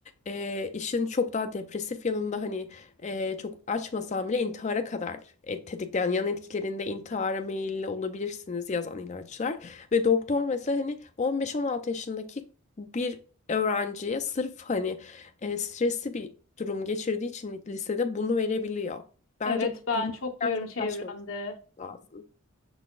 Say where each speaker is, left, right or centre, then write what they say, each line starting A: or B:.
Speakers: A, on the left; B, on the left.
A: e, işin çok daha depresif yanında hani e, çok açmasam bile intihara kadar e, tetikleyen yan etkilerinde intihara meyilli olabilirsiniz yazan ilaçlar. Ve doktor mesela hani 15-16 yaşındaki bir öğrenciye sırf hani e, stresli bir durum geçirdiği için lisede bunu verebiliyor. Bence
B: Evet ben
A: bunu
B: çok duyuyorum
A: gerçekleşmemiz
B: çevremde.
A: lazım.